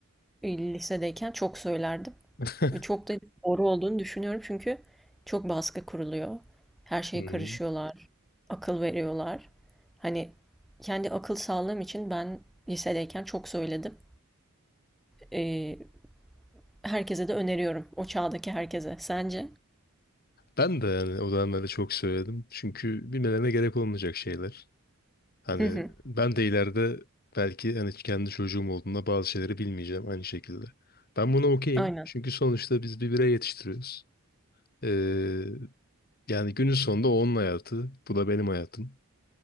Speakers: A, in the centre; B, on the left.
A: e, lisedeyken çok söylerdim.
B: <laughs>
A: Ve çok da doğru olduğunu düşünüyorum çünkü çok baskı kuruluyor. Her şeye
B: Hmm.
A: karışıyorlar, akıl veriyorlar. Hani kendi akıl sağlığım için ben lisedeyken çok söyledim. Ee, herkese de öneriyorum, o çağdaki herkese. Sence?
B: Ben de yani o dönemlerde çok söyledim. Çünkü bilmelerine gerek olmayacak şeyler. Hani
A: Hı hı,
B: ben de ileride belki hani kendi çocuğum olduğunda bazı şeyleri bilmeyeceğim aynı şekilde. Ben buna okeyim.
A: aynen.
B: Çünkü sonuçta biz bir birey yetiştiriyoruz. Ee, yani günün sonunda o onun hayatı. Bu da benim hayatım.